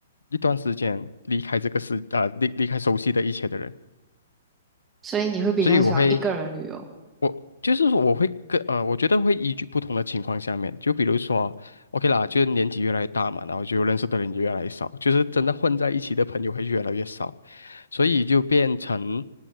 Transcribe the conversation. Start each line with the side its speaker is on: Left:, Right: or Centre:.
Left: 一段时间离开这个世，啊、离离开熟悉的一切的人，
Right: 所以你会比较喜欢一个人旅游，
Left: 所以我会，我就是说我会跟，呃，我觉得会依据不同的情况下面，就比如说，OK 啦，就是年纪越来越大嘛，然后就认识的人也越来越少，就是真的混在一起的朋友会越来越少，所以就变成，